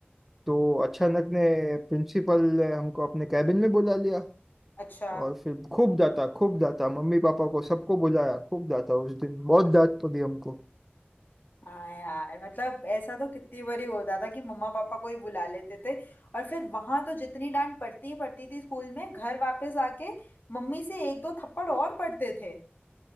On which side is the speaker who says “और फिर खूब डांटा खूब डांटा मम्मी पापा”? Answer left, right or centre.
Centre